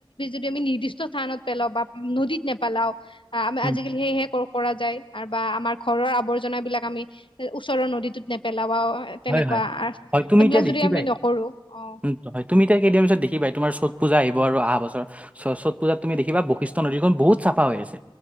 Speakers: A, on the left (about 80°); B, on the right (about 15°).
A: যদি আমি নিৰ্দিষ্ট স্থানত পেলাও বা নদীত নেপেলাও। আমি
B: উম,
A: আজিকালি সেয়হে কৰা যায় বা আমাৰ ঘৰৰ আৱৰ্জনাবিলাক আমি ওচৰৰ নদীটোত নেপেলাও তেনেকুৱা,
B: হয় হয় হয় তুমি
A: সেইবিলাক
B: এতিয়া
A: যদি
B: দেখিবাই
A: আমি নকৰো। অ,।
B: উম, হয়, তুমি এতিয়া কেইদিন পিছত দেখিৱাই তোমাৰ চ'ত পূজা আহিব আৰু অহা বছৰ। চ, চাত পূজাত তুমি দেখিবা বশিষ্ট নদীখন বহুত চাফা আছে।